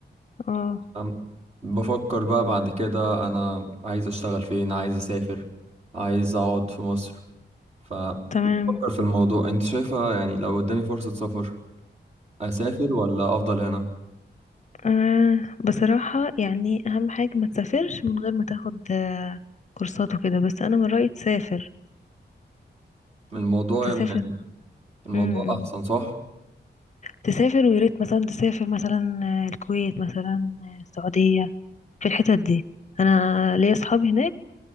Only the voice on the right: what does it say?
تمام؟ بفكر بقى بعد كده انا عايز اشتغل فين عايز اسافر عايز اقعد في مصر فبفكر
في الموضوع انت شايفة يعني لو قدامي فرصة سفر اسافر ولا افضل هنا
الموضوع
يعني الموضوع
احسن صح؟